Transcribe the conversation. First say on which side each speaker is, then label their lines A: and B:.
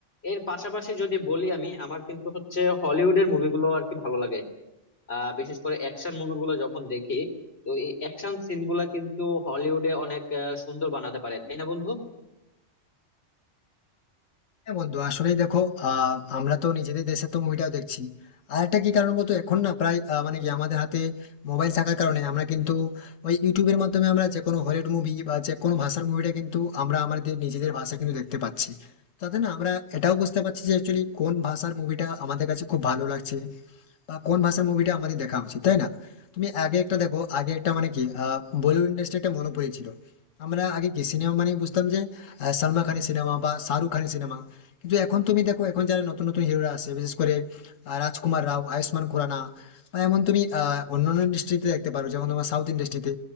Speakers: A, on the left; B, on the left.
A: এর পাশাপাশি যদি বলি আমি আমার কিন্তু হচ্ছে হলিউডের মুভিগুলো আর কি ভালো লাগে আহ বিশেষ করে অ্যাকশন মুভিগুলো যখন দেখি তো এই অ্যাকশন সিনগুলা কিন্তু হলিউডে অনেক আহ, সুন্দর বানাতে পারে তাই না বন্ধু
B: হ্যাঁ বন্ধু আসলেই দেখো আহ আমরা তো নিজেদের দেশে তো মুভিটাও দেখছি আর একটা কি কারণ বলতো এখন না প্রায় আহ, মানে কি আমাদের হাতে মোবাইল থাকার কারণে আমরা কিন্তু ওই ইউটিউবের মাধ্যমে আমরা যে কোনো হলিউড মুভি বা যে কোনো ভাষার মুভিটা কিন্তু আমরা আমাদের নিজেদের ভাষা কিন্তু দেখতে পাচ্ছি তাতে না আমরা এটাও বুঝতে পারছি যে অ্যাকচুয়ালি কোন ভাষার মুভিটা আমাদের কাছে খুব ভালো লাগছে বা কোন ভাষার মুভিটা আমাদের দেখা উচিত তাই না তুমি আগে একটা দেখো আগে একটা মানে কি আহ বলিউড ইন্ডাস্ট্রি একটা মনোপলি ছিল আমরা আগে কি সিনেমা মানে বুঝতাম যে আহ, সালমান খানের সিনেমা বা শাহরুখ খানের সিনেমা কিন্তু এখন তুমি দেখো এখন যারা নতুন নতুন হিরোরা আছে বিশেষ করে আহ, রাজকুমার রাও আয়ুষ্মান খুরানা বা এমন তুমি আহ অন্যান্য ইন্ডাস্ট্রিতে দেখতে পারো যেমন তোমার সাউথ ইন্ডাস্ট্রিতে